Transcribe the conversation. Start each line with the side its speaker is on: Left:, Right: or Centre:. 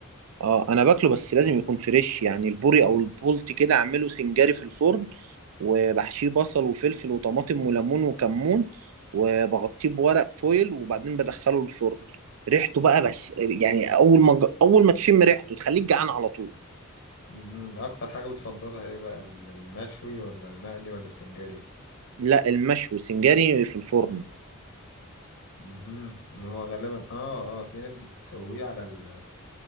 Right: اه انا باكله بس لازم يكون فريش يعني البوري او البولت كده اعمله سنجاري في الفرن وبحشيه بصل وفلفل وطماطم وليمون وكمون وبغطيه بورق فويل وبعدين بدخله الفرن ريحته بقى بس يعني اول ما اول ما تشم ريحته تخليك جعان على طول
Left: مهم. اكتر حاجة بتفضلها ايه بقى ال- المشوي ولا المقلي ولا السنجاري
Right: لا المشوي سنجاري في الفرن
Left: مهم. ما هو غالبا اه اه في ناس بتسويه على ال...